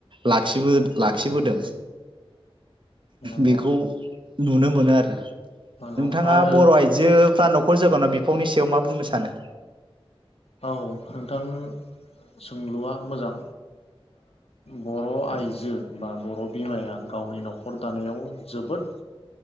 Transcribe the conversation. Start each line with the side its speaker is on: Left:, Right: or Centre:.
Right: लाखिबो लाखिबोदों
Left: नंगौ
Right: बेखौ नुनो मोनो आरो।
Left: नंगौ
Right: नोंथाङा
Left: आरो
Right: बर' आइजो फ्रा नख'र जोगानाव बिफावनि सायाव मा बुंनो सानो?
Left: औ नोंथां सो सोंलुआ मोजां। बर' आइजो बा बर' बिमाया गावनि नखर दानायाव ओ जोबोद